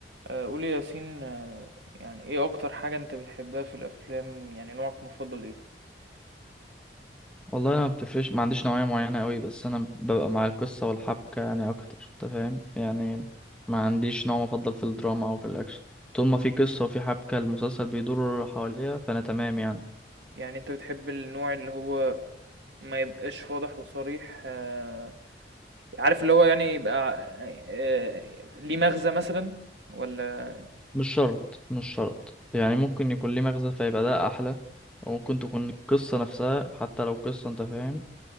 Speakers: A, on the right (about 80°); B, in the centre.
A: آه، قولي يا ياسين آه، يعني ايه اكتر حاجة انت بتحبها في الافلام يعني نوعك المفضل ايه
B: والله انا ما بتفرقش ما عنديش نوعيه معينه قوي بس انا ببقى مع القصه والحبكه يعني اكتر انت فاهم يعني ما عنديش نوع مفضل في الدراما او في الاكشن طول ما في قصه وفي حبكه المسلسل بيدور حواليها فانا تمام يعني
A: يعني انت بتحب النوع اللي هو ما يبقاش واضح وصريح آه، عارف اللي هو يعني يبقى آه، آه، ليه مغزى مثلا ولا
B: مش شرط مش شرط يعني ممكن يكون ليه مغزى فيبقى ده احلى وممكن تكون القصه نفسها حتى لو قصه انت فاهم